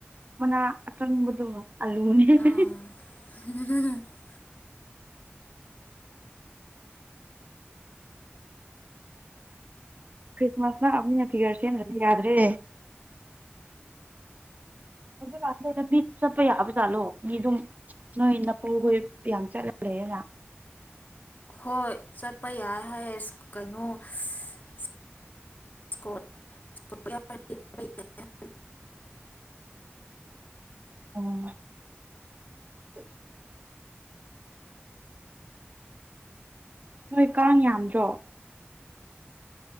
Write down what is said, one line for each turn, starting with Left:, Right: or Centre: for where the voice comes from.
Right: ꯃꯅꯥ ꯑꯀꯪꯕꯗꯨ ꯑꯂꯨꯅꯦ ꯍꯦ ꯍꯦ
Left: ꯑꯥ
Right: ꯍꯦ꯫
Left: <unintelligible>
Right: ꯈ꯭ꯔꯤꯁꯃꯥꯁ ꯅꯛꯑꯕꯅꯤꯅ ꯐꯤꯒꯔ ꯁꯦꯝꯗ꯭ꯔꯗꯤ ꯌꯥꯗ꯭ꯔꯦ꯫ ꯍꯧꯖꯤꯛꯀꯥꯁꯤ ꯗ ꯃꯤ ꯆꯠꯄ ꯌꯥꯕ ꯖꯥꯠꯂꯣ ꯃꯤ ꯗꯨꯝ ꯅꯣꯏ ꯅꯄꯨ ꯍꯣꯏ ꯌꯥꯝ ꯆꯠꯂ ꯂꯩꯌꯦꯅ꯫
Left: ꯍꯣꯏ ꯆꯠꯄ ꯌꯥꯏ ꯍꯥꯏꯌꯦ ꯑꯁ ꯀꯩꯅꯣ ꯏꯁ <unintelligible>
Right: ꯑꯣ꯫ ꯅꯣꯏ ꯀꯥꯡ ꯌꯥꯝꯗ꯭ꯔꯣ꯫